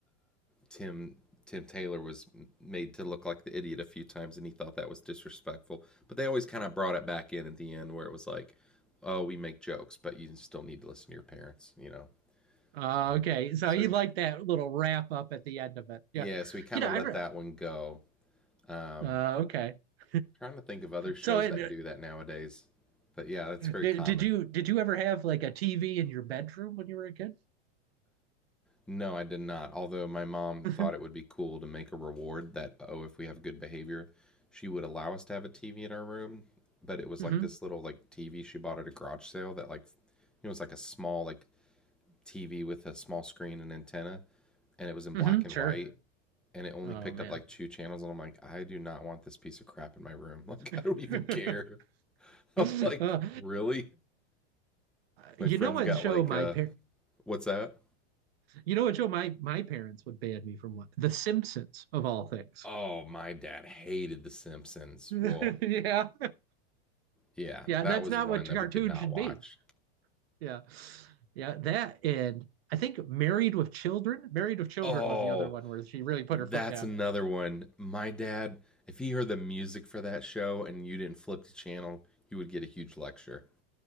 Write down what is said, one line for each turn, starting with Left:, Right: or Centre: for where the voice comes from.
Centre: Tim Tim Taylor was made to look like the idiot a few times, and he thought that was disrespectful. But they always kind of brought it back in at the end, where it was like, "Oh, we make jokes, but you still need to listen to your parents," you know.
Right: Uh,
Centre: So,
Right: okay. So
Centre: so
Right: he liked that little wrap up at the end of it.
Centre: yeah,
Right: Yeah.
Centre: so he kind
Right: You know,
Centre: of
Right: I
Centre: let
Right: re
Centre: that one go. Um,
Right: uh okay. <laughs>
Centre: trying to think of other shows
Right: So it,
Centre: that do that nowadays, but yeah, that's very
Right: did
Centre: common.
Right: did you did you ever have like a TV in your bedroom when you were a kid?
Centre: No, I did not. Although my mom
Right: <laughs>
Centre: thought it would
Right: hmm
Centre: be cool to make a reward that, oh, if we have good behavior, she would allow us to have a TV in our room. But it was
Right: hmm
Centre: like this little like TV she bought at a garage sale that like it was like a small like TV with a small screen and antenna, and it was in
Right: hmm
Centre: black and
Right: Sure.
Centre: white, and it only
Right: Oh
Centre: picked
Right: man.
Centre: up like two channels. And I'm like, I do not want this piece of crap in my room. <laughs> Like
Right: <laughs>
Centre: I don't even care. <laughs> I'm
Right: Uh,
Centre: like, really?
Right: you
Centre: My friends
Right: know what
Centre: got
Right: show
Centre: like,
Right: my
Centre: uh,
Right: par
Centre: what's that?
Right: you know what show my my parents would ban me from what? The Simpsons of all things.
Centre: Oh, my dad hated The Simpsons.
Right: <laughs>
Centre: Whoa,
Right: Yeah.
Centre: Yeah,
Right: Yeah,
Centre: that
Right: that's
Centre: was
Right: not
Centre: one
Right: what
Centre: that
Right: cartoon
Centre: we could not
Right: should
Centre: watch.
Right: be. Yeah. Yeah. That and I think Married with Children. Married with Children
Centre: Oh,
Right: was the other one where she really put
Centre: that's
Right: her foot down.
Centre: another one. My dad, if he heard the music for that show and you didn't flip the channel, you would get a huge lecture.